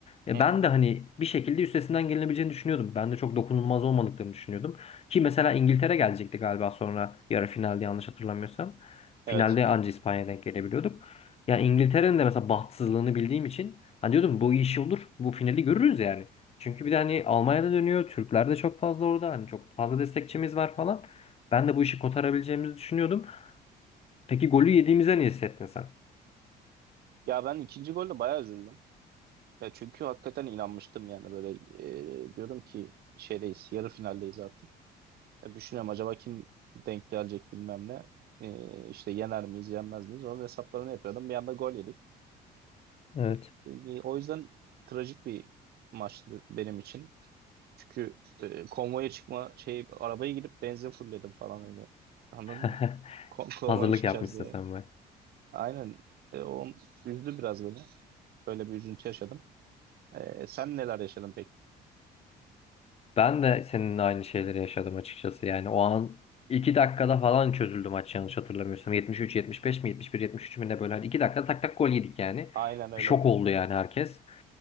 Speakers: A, on the left (about 35°); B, on the right (about 70°).
A: E
B: Hı
A: ben
B: hı.
A: de hani bir şekilde üstesinden gelinebileceğini düşünüyordum. Ben de çok dokunulmaz olmadıklarını düşünüyordum. Ki mesela İngiltere gelecekti galiba sonra yarı finalde yanlış hatırlamıyorsam.
B: Evet.
A: Finalde anca İspanya'ya denk gelebiliyorduk. Yani İngiltere'nin de mesela bahtsızlığını bildiğim için hani diyordum bu iş olur. Bu finali görürüz yani. Çünkü bir de hani Almanya'da dönüyor. Türkler de çok fazla orada. Hani çok fazla destekçimiz var falan. Ben de bu işi kotarabileceğimizi düşünüyordum. Peki golü yediğimize ne hissettin sen?
B: Ya ben ikinci golle bayağı üzüldüm. Ya çünkü hakikaten inanmıştım yani böyle e, diyorum ki şeydeyiz yarı finaldeyiz artık. Ya düşünüyorum acaba kim denk gelecek bilmem ne. E, işte yener miyiz yenmez miyiz onun hesaplarını yapıyordum. Bir anda gol yedik.
A: Evet.
B: E, o yüzden trajik bir maçtı benim için. Çünkü e, konvoya çıkma şey arabaya gidip benzin fullledim falan hani anladın
A: <laughs>
B: mı? Kon konvoya
A: Hazırlık
B: çıkacağız
A: yapmışsın
B: diye.
A: sen be.
B: Aynen E, o üzdü biraz beni. Böyle bir üzüntü yaşadım. E, sen neler yaşadın peki?
A: Ben de seninle aynı şeyleri yaşadım açıkçası. Yani o an 2 dakikada falan çözüldü maç yanlış hatırlamıyorsam. 73-75 mi 71-73 mü ne böyle. Hani 2 dakikada tak tak gol yedik yani.
B: Aynen öyle
A: Bir şok
B: oldu.
A: oldu yani herkes.